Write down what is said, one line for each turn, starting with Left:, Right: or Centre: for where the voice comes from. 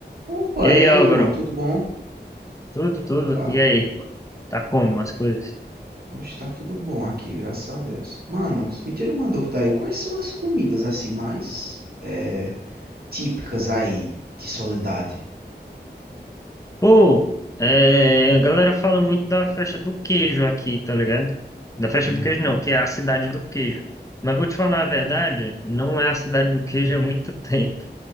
Right: Opa,
Left: E aí,
Right: e aí,
Left: Álvaro?
Right: Luan, tudo bom?
Left: Tudo, tudo.
Right: Opa,
Left: E aí? Tá como as coisas?
Right: hoje tá tudo bom aqui, graças a Deus. Mano, me tira uma dúvida aí, quais são as comidas assim mais é, típicas aí de Soledade?
Left: Pô, é, a galera fala muito da festa do queijo aqui, tá ligado? Da festa
Right: Hum,
Left: do queijo não, que é a cidade do queijo. Mas vou te falar a verdade, não é a cidade do queijo há muito <laughs> tempo.